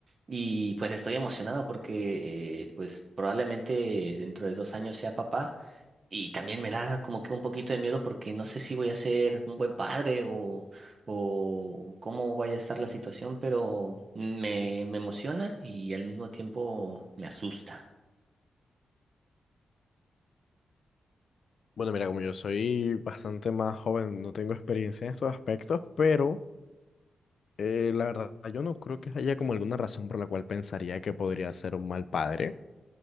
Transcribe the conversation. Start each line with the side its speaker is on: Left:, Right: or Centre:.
Right: Y pues estoy emocionado porque eh, pues probablemente dentro de dos años sea papá. Y también me da como que un poquito de miedo porque no sé si voy a ser un buen padre o, o cómo vaya a estar la situación, pero me, me emociona y al mismo tiempo me asusta.
Left: Bueno, mira, como yo soy bastante más joven, no tengo experiencia en estos aspectos, pero eh, la verdad yo no creo que haya como alguna razón por la cual pensaría que podría ser un mal padre.